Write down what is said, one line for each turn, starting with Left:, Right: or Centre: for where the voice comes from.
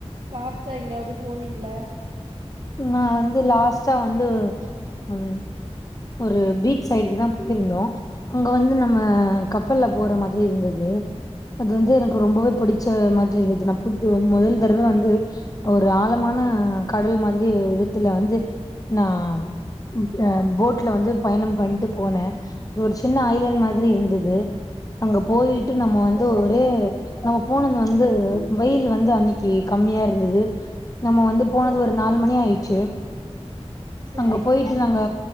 Right: லாஸ்டா எங்கியாவது போனீங்கள
Left: நா வந்து லாஸ்ட்டா வந்து ம் ஒரு பீச் சைடுக்கு தா போயிருந்தோ அங்க வந்து நம்ம கப்பல்ல போற மாதிரி இருந்தது அது வந்து எனக்கு ரொம்பவே புடிச்ச மாதிரி இருதுது நான் புது முதல் தடவ வந்து ஒரு ஆழமான கடல் மாதிரி வெத்துல வந்து நான் அ போட்ல வந்து பயணம் பண்ட்டு போனேன் ஒரு சின்ன ஐலாண்ட் மாதிரி இருந்தது அங்க போயிட்டு நம்ம வந்து ஒரே நம்ம போனது வந்து வெய்யில் வந்து அன்னிக் கி கம்மியா இருந்தது நம்ம வந்து போனது ஒரு நாலு மணி ஆயிட்ச்சு
Right: செரி
Left: அங்க போயிட்டு நாங்க